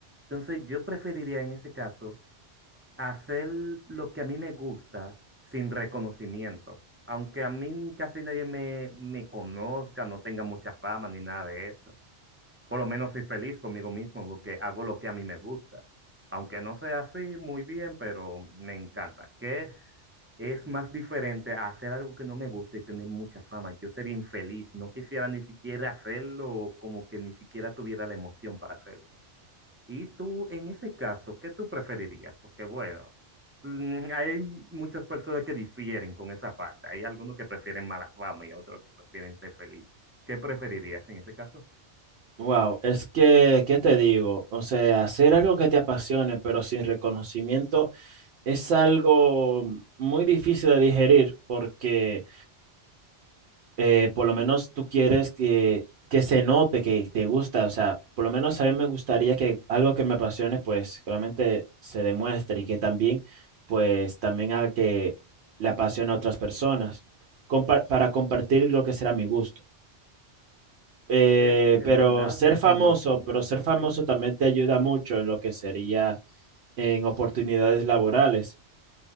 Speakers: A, on the right (about 20°); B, on the right (about 70°).
A: Entonces yo preferiría en ese caso hacer lo que a mí me gusta sin reconocimiento. Aunque a mí casi nadie me, me conozca, no tenga mucha fama ni nada de eso por lo menos soy feliz conmigo mismo porque hago lo que a mí me gusta. Aunque no sea así muy bien, pero me encanta. ¿Qué es más diferente a hacer algo que no me gusta y tener mucha fama? Yo sería infeliz, no quisiera ni siquiera hacerlo, o como que ni siquiera tuviera la emoción para hacerlo. Y tú, en ese caso, ¿qué tú preferirías? Porque bueno, mm, hay muchas personas que difieren con esa parte. Hay algunos que prefieren mala fama y otros que prefieren ser feliz. ¿Qué preferirías en ese caso?
B: Wow, es que, ¿qué te digo? O sea, hacer algo que te apasione, pero sin reconocimiento, es algo muy difícil de digerir porque eh, por lo menos tú quieres que, que se note que te gusta. O sea, por lo menos a mí me gustaría que algo que me apasione, pues realmente se demuestre y que también, pues también haga que le apasione a otras personas compa- para compartir lo que será mi gusto eh,
A: Sí, en
B: pero
A: verdad
B: ser
A: es
B: famoso,
A: un buen punto,
B: pero ser
A: así.
B: famoso también te ayuda mucho en lo que sería en oportunidades laborales.